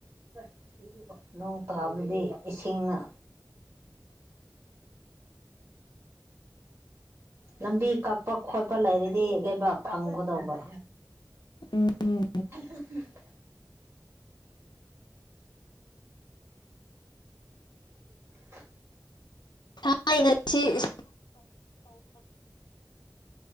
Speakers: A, on the right; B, on the left.
A: <unintelligible> ꯅꯣꯡ ꯇꯥꯕꯗꯤ ꯏꯁꯤꯡꯅ ꯂꯝꯕꯤ ꯀꯛꯄ ꯈꯣꯠꯄ ꯂꯩꯔꯗꯤ ꯂꯩꯕꯥꯛ ꯐꯪꯒꯗꯧꯕ
B: ꯎꯝ ꯎꯝ
A: <unintelligible> <inaudible>
B: ꯊꯥꯏꯅ ꯁꯤ <unintelligible> <unintelligible> ꯑꯦ